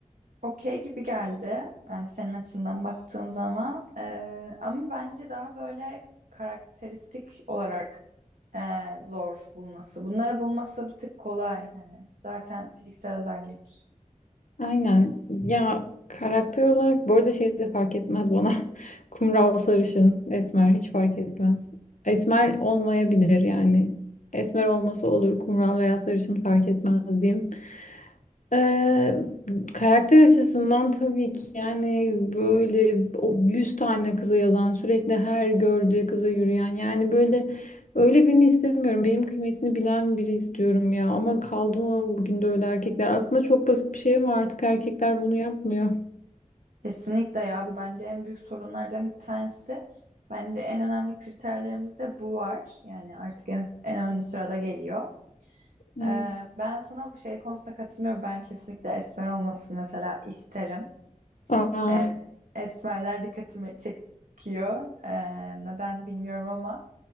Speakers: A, on the right; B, on the left.
A: okey gibi geldi. Yani senin açından baktığım zaman. Ee, ama bence daha böyle karakteristik olarak ee, zor bulması. Bunları bulması bir tık kolay hani. Zaten fiziksel özellik.
B: Aynen. Ya karakter olarak bu arada şey de fark etmez bana. <laughs> Kumral, sarışın, esmer hiç fark etmez. Esmer olmayabilir yani. Esmer olması olur, kumral veya sarışın fark etmez diyeyim. Ee, karakter açısından tabii ki yani böyle o 100 tane kıza yazan sürekli her gördüğü kıza yürüyen yani böyle öyle birini istemiyorum. Benim kıymetini bilen biri istiyorum ya ama kaldı mı bugün de öyle erkekler. Aslında çok basit bir şey ama artık erkekler bunu yapmıyor.
A: Kesinlikle ya bu bence en büyük sorunlardan bir tanesi. Bence en önemli kriterlerimizde bu var. Yani artık en, en ön sırada geliyor.
B: Evet.
A: Ee, ben sana bu şey konusunda katılmıyorum. Ben kesinlikle esmer olmasını mesela isterim.
B: Aa,
A: e, esmerler dikkatimi çekiyor. E, neden bilmiyorum ama